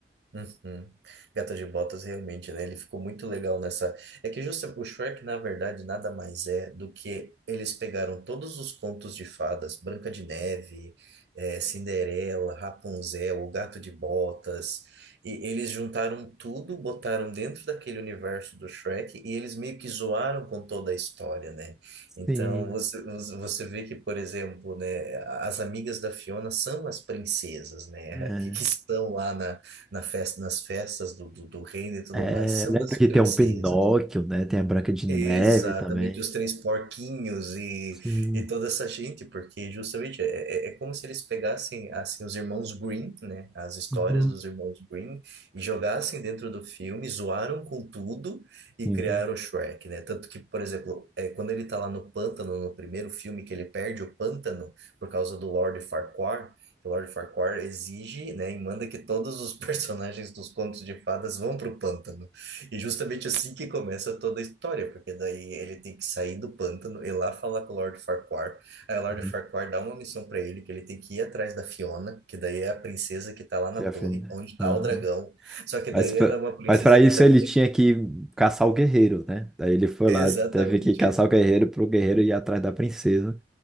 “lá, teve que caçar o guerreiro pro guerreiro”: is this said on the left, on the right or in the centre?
Centre